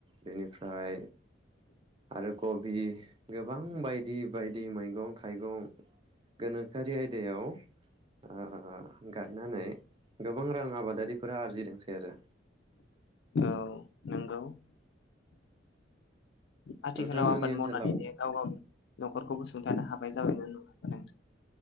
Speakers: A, on the right; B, on the left.
A: बेनिफ्राय आरो कबि गोबां बायदि बायदि मैगं थाइगं गोनोख खोआरि आयदायाव ओ गायनानै गोबां रां आबादारिफोरा आरजिदोंसै आरो
B: औ नोंगौ आथिखालाव
A: नोंथांमोननि
B: आबाद
A: ओनसोलाव
B: मावनानैनो गाव गावनि न'खरखौ गसुंथानो हाबाय जाबायना नु नोंथ